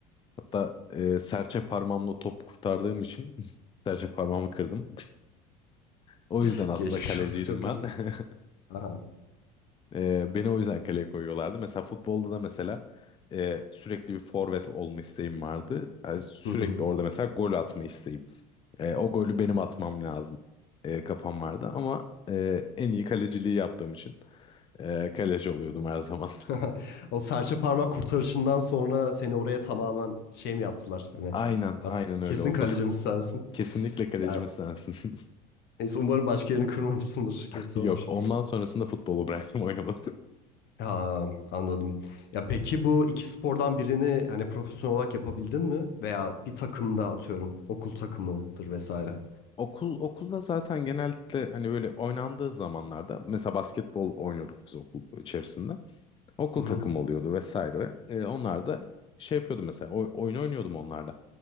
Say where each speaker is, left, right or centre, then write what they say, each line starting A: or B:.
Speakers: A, on the left; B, on the left.
A: Hatta e, serçe parmağımla top kurtardığım için <laughs> serçe parmağımı kırdım. O
B: <laughs>
A: yüzden aslında
B: Geçmiş
A: kaleciydim
B: olsun çok
A: ben.
B: kötü.
A: <laughs>
B: Aha.
A: E, beni o yüzden kaleye koyuyorlardı. Mesela futbolda da mesela e, sürekli bir forvet olma isteğim vardı. Yani sürekli
B: Hı hı.
A: orada mesela gol atma isteğim. E, o golü benim atmam lazım e, kafam vardı ama e, en iyi kaleciliği yaptığım için e, kaleci oluyordum her zaman.
B: <laughs> O serçe parmak kurtarışından sonra seni oraya tamamen şey mi yaptılar?
A: <laughs>
B: Hani
A: Aynen,
B: artık
A: aynen öyle
B: kesin
A: oldu.
B: kalecimiz sensin.
A: <laughs> Kesinlikle kalecimiz
B: Ya
A: sensin.
B: neyse umarım başka yerini kırmamışsındır.
A: <laughs>
B: Kötü
A: Yok,
B: olmuş.
A: ondan sonrasında futbolu bıraktım oynamadım.
B: Ha, anladım. Ya peki bu iki spordan birini hani profesyonel olarak yapabildin mi? Veya bir takımda atıyorum okul takımıdır vesaire.
A: <laughs> Okul okulda zaten genellikle hani böyle oynandığı zamanlarda mesela basketbol oynuyorduk biz okul içerisinde. Okul
B: Hı
A: takımı
B: hı.
A: oluyordu vesaire. E, onlar da şey yapıyordu mesela oy- oyun oynuyordum onlarla.